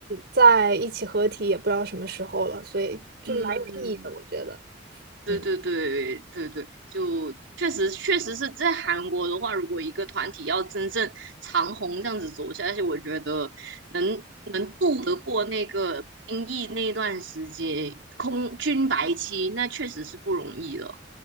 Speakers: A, on the right; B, on the right.
A: 再一起合体也不知道什么时候了，所以就蛮有意义的，
B: 嗯，
A: 我觉得，
B: 对对对对对，
A: 嗯，
B: 就确实确实是在韩国的话，如果一个团体要真正长红这样子走下去，我觉得能能渡得过那个兵役那段时间空军白期，那确实是不容易的。